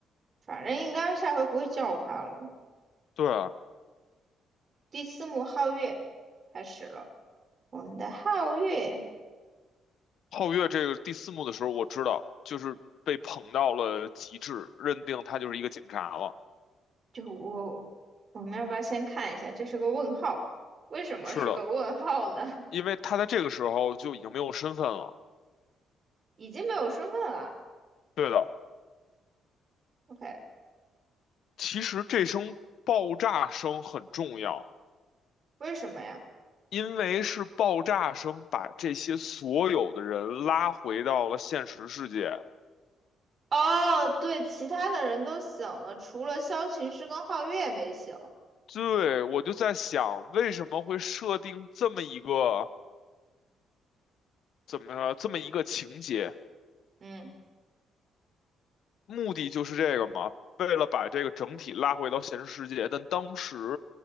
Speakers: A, on the right; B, on the left.
A: 反正应该下回不会叫他了。
B: 对啊，
A: 第四幕皓月开始了，我们的皓月
B: 后月这个第四幕的时候，我知道就是被捧到了极致，认定他就是一个警察了。
A: 就我，我们要不要先看一下？这是个问号，为什么是个问号呢？
B: 是的，因为他在这个时候就已经没有身份了。
A: 已经没有身份了。
B: 对的。
A: OK，
B: 其实这声爆炸声很重要，
A: 为什么呀？
B: 因为是爆炸声把这些所有的人拉回到了现实世界。
A: 哦，对，其他的人都醒了，除了萧琴师跟皓月没醒。
B: 对，我就在想，为什么会设定这么一个怎么这么一个情节？
A: 嗯
B: 目的就是这个嘛，为了把这个整体拉回到现实世界。但当时，